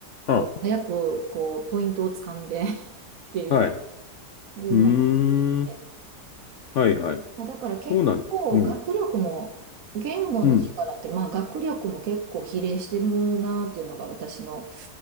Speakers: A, on the left (about 70°); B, on the right (about 60°).
A: あ、
B: こう早くこうポイントをつかんで <laughs> っていうの、
A: はい。
B: いうな感じで。
A: うーん、はい、はい。
B: まあだから結構学力も、
A: そうなん、うん、
B: 言語の力って、
A: うん。
B: まあ学力も結構比例してるなっていうのが私の、